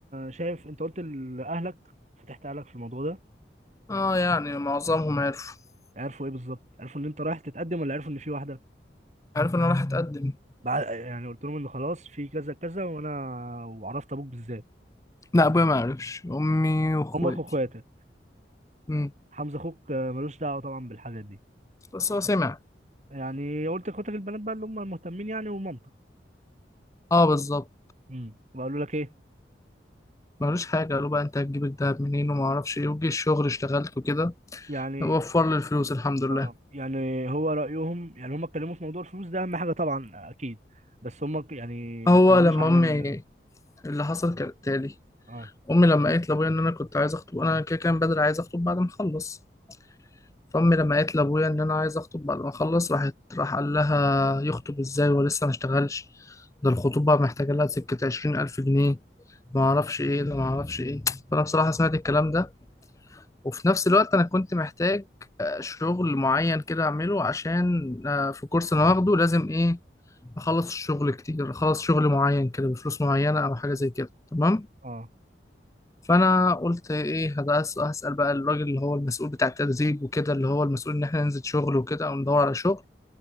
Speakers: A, on the right (about 40°); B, on the left (about 20°).
A: شايف انت قلت لاهلك فتحت اهلك في الموضوع ده
B: اه يعني معظمهم عرفوا
A: عرفوا ايه بالظبط عرفوا ان انت رايح تتقدم ولا عرفوا ان في واحده
B: عرف ان انا راح اتقدم
A: بعد يعني قلت لهم ان خلاص في كذا كذا وانا وعرفت ابوك بالذات
B: لا ابويا ما عرفش امي واخواتي
A: امك واخواتك
B: امم
A: حمزه اخوك آه، ملوش دعوه طبعا بالحاجات دي
B: بس هو سمع
A: يعني قلت اخواتك البنات بقى اللي هم المهتمين يعني ومامتك
B: اه بالظبط
A: امم وقالوا لك ايه
B: ملوش حاجه قالوا بقى انت هتجيب الدهب منين وما اعرفش ايه وجي الشغل اشتغلت وكده
A: يعني
B: وفر لي الفلوس الحمد لله
A: اه يعني هو رايهم يعني هم اتكلموا في موضوع الفلوس ده اهم حاجه طبعا اكيد بس هم ك- يعني ما
B: هو
A: اتكلموش
B: لما
A: عن
B: امي
A: ال
B: اللي حصل كالتالي
A: اه
B: امي لما قالت لابويا ان انا كنت عايز اخطب انا كده كان بدري عايز اخطب بعد ما اخلص فامي لما قالت لابويا ان انا عايز اخطب بعد ما اخلص راحت راح قال لها يخطب ازاي ولسه ما اشتغلش ده الخطوبه محتاجه لها سكه عشرين الف جنيه ما اعرفش ايه ده ما اعرفش ايه فانا بصراحه سمعت الكلام ده وفي نفس الوقت انا كنت محتاج شغل معين كده اعمله عشان آه، في كورس انا واخده لازم ايه اخلص الشغل كتير اخلص شغل معين كده بفلوس معينه او حاجه زي كده تمام
A: اه
B: فانا قلت ايه هس- هسال بقى الراجل اللي هو المسؤول بتاع التدريب وكده اللي هو المسؤول ان احنا ننزل شغل وكده او ندور على شغل